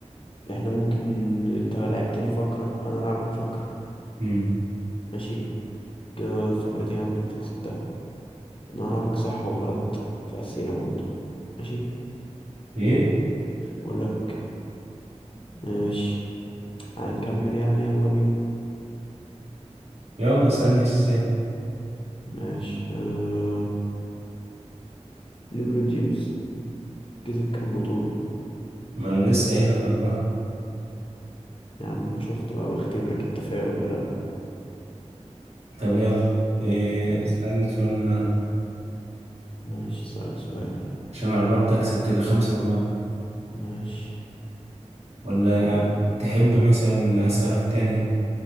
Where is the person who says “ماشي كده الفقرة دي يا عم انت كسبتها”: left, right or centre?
Left